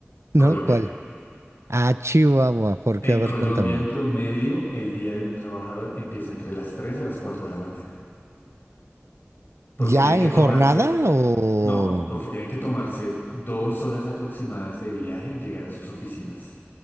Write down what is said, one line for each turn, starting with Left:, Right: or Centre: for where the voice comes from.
Right: ¿No?
Left: Colombia.
Right: ¿Cuál? Ah, Chihuahua. ¿Por qué?
Left: En
Right: A ver,
Left: Colombia,
Right: cuéntame.
Left: en promedio, el día de un trabajador empieza entre las 3 a las 4 de la mañana, porque
Right: ¿Ya
Left: tienen que
Right: en
Left: tomarse
Right: jornada o...?
Left: No, porque tienen que tomarse dos horas aproximadas de viaje en llegar a sus oficinas.